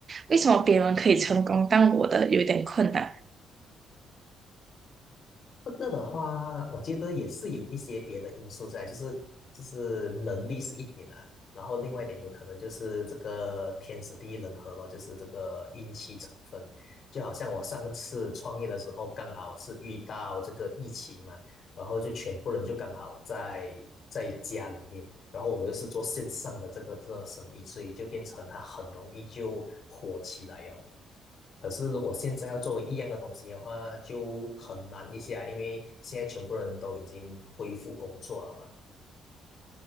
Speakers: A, on the right; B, on the left.
A: 为什么别人可以成功，但我的有点困难。
B: 这个的话，我觉得也是有一些别的因素在，就是就是能力是一点啊，然后另外一点有可能就是这个天时地利人和咯，就是这个运气成分。就好像我上次创业的时候，刚好是遇到这个疫情嘛，然后就全部人就刚好在在家里面，然后我又是做线上的这个这个生意，所以就变成它很容易就火起来哟。可是如果现在要作为一样的东西的话，就很难一些啊，因为现在全部人都已经恢复工作了嘛。